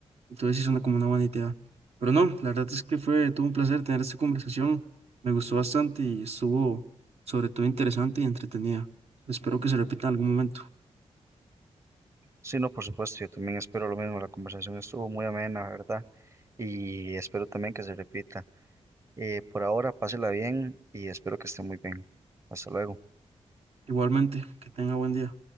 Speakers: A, on the right; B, on the right.
A: Entonces sí suena como una buena idea. Pero no, la verdad es que fue todo un placer tener esta conversación. Me gustó bastante y estuvo sobre todo interesante y entretenida. Espero que se repita en algún momento.
B: Sí, no, por supuesto, yo también espero lo mismo. La conversación estuvo muy amena, la ¿verdad? Y espero también que se repita. Eh, por ahora, pásela bien y espero que esté muy bien. Hasta luego.
A: Igualmente, que tenga buen día.